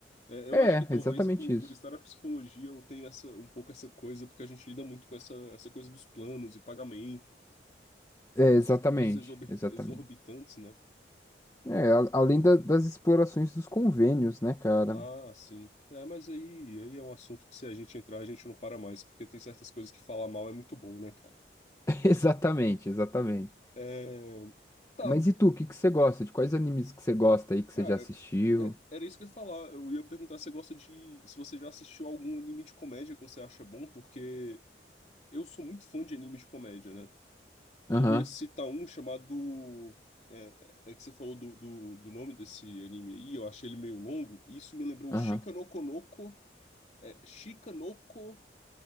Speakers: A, on the left; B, on the left.
A: É, eu
B: É,
A: acho que talvez
B: exatamente
A: por,
B: isso.
A: por estar na psicologia eu tenho essa, um pouco essa coisa, porque a gente lida muito com essa, essa coisa dos planos e pagamento,
B: É, exatamente,
A: preços exorbi-
B: exatamente.
A: exorbitantes, né?
B: É, a- além da- das explorações dos convênios, né, cara?
A: Ah, sim. É, mas aí, aí é um assunto que se a gente entrar, a gente não para mais, porque tem certas coisas que falar mal é muito bom, né, cara?
B: <laughs> Exatamente, exatamente.
A: É... Tá,
B: Mas e tu, o que que você gosta? De quais animes que você gosta aí que
A: cara.
B: você já assistiu?
A: é- era isso que eu ia falar. Eu ia perguntar se você gosta de. Se você já assistiu algum anime de comédia que você acha bom, porque eu sou muito fã de anime de comédia, né? E
B: Aham,
A: eu ia citar um chamado. É, é é que você falou do, do, do nome desse anime aí, eu achei ele meio longo, e isso me lembrou
B: aham.
A: o Shika no Konoko. É, Shika no Ko-